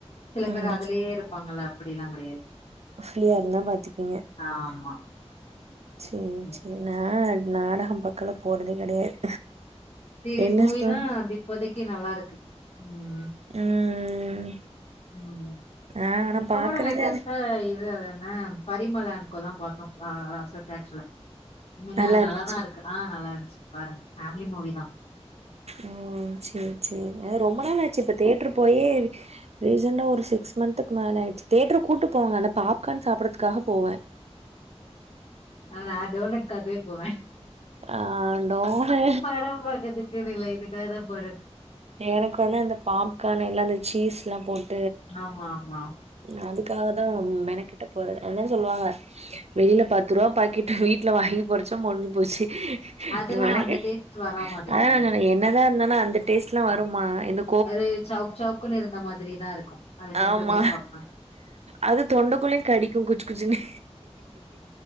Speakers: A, on the left; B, on the right.
A: சில
B: ம்
A: பேர் அதுலயே இருப்பாங்கல்ல அப்டிலா கெடையாது
B: ஃப்ரீயா இருந்தா பாத்துப்பீங்க
A: ஆமா
B: சேரி
A: சரி
B: சேரி நா
A: சரி.
B: நாடகம் பா க்களா போறதே கெடையாது
A: சீரிஸ்
B: என்ன
A: மூவி
B: ஸ்டோரி
A: தா அப்டி இப்போதைக்கு நல்லா இருக்கு ம்
B: ம்
A: ம்
B: ஆ ஆனா
A: இப்ப
B: பாக்குறது
A: கூட லேட்டஸ்ட்டா
B: அது
A: இது அதென்ன பரிமலா அன் கோ தா பாத்தோ லாஸ்டா தேட்ருல நீங்க
B: நல்லா
A: அது
B: இருந்துச்சு
A: நல்லாதா இருக்கு ஆ நல்லாருந்ச்சு பாருங்க ஃபேம்லி மூவி தா
B: ஓ சேரி சேரி அ ரொம்ப நாள் ஆச்சு இப்ப தேட்ரு போயே ரீசண்டா ஒரு சிக்ஸ் மந்த்துக்கு மேல ஆயிருச்சு தேட்ரு கூட்டு போவாங்க அந்த பாப்கார்ன் சாப்புறத்துக்காக போவே
A: அ நா டோர்னட்க்காகவே போவே
B: ஆ டோனு
A: பட பக்கற்துக்குனு இல்ல இதுக்காக தா போறது
B: எனக்கு வந்து அந்த பாப்கார்னுல அந்த சீஸ்லா போட்
A: ஆமா ஆமா
B: ம் அதுக்காக தா மெனக்கெட்டு போறது அதா சொல்லுவாங்க வெளில பத்து ரூவா பாக்கெட்டு வீட்ல வாங்கி பொரிச்ச முடிஞ்சு போச்சு
A: அதெல்லா
B: இங்க வாங்னாதே
A: அந்த டேஸ்ட் வர மாட்டேங்குதே
B: அதா நா சொன்னே என்னதா இருந்தாலு அந்த டேஸ்ட்லா வர் ருமா எந்த
A: அது சவுக் சவுக்குன்னு இருந்த மாதிரிதா இருக்கு அந்த டென்
B: ஆமா
A: ருபீஸ் பாப்கான்
B: அது தொண்டக்குள்ளயு கடிக்கு குச் குச்சுனு